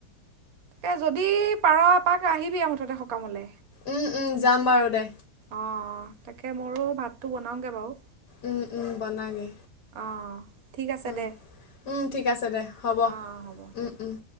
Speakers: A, on the right (about 65°); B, on the left (about 85°).
A: এই যদি পাৰ এপাক আহিবি আৰু মুঠতে সকামলে।
B: উম্, উম্ যাম বাৰু দে।
A: অঁ তাকে মোৰো ভাতটো বনাওঁগে বাৰু।
B: উম্, উম্ বনাগে।
A: অঁ ঠিক আছে
B: উম্,
A: দে
B: উম্ ঠিক আছে দে হ'ব,
A: অঁ হ'ব
B: উম্, উম্।